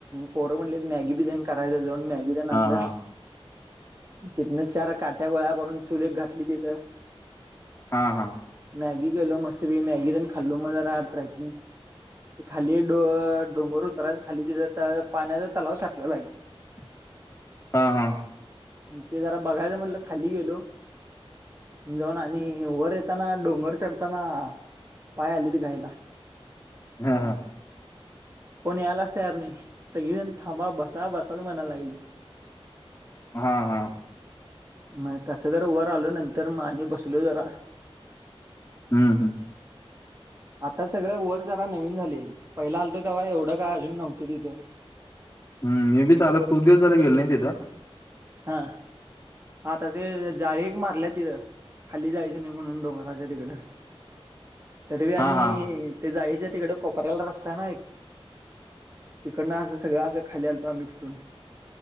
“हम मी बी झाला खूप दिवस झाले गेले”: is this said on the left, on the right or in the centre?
Left